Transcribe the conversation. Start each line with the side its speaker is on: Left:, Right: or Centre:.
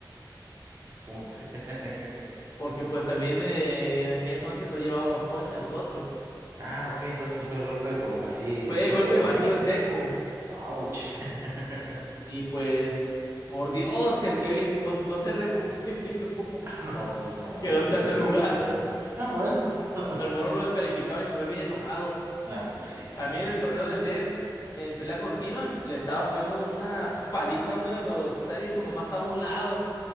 Right: ¿Cómo? <laughs>
Left: porque pues también eh, en aquel entonces no llevábamos poncha nosotros.
Right: Ah, ok, entonces fue el golpe de com- así en
Left: Fue
Right: seco,
Left: golpe
Right: directo.
Left: vacío en seco.
Right: ¡Auch! <laughs>
Left: Y pues, por Dios, que el Kevin no, no se recuperó. <laughs>
Right: No, pues no,
Left: Quedó
Right: no
Left: en
Right: creo
Left: tercer
Right: que se
Left: lugar.
Right: recuperara. Ah, bueno. <laughs>
Left: Al Moro lo descalificaron y se fue bien enojado.
Right: Ah, pues sí, también,
Left: A mí en el torneo
Right: oye.
Left: del DF, en pelea continua, le estaba poniendo una paliza a uno de los que estaba ahí y su mamá estaba a un lado.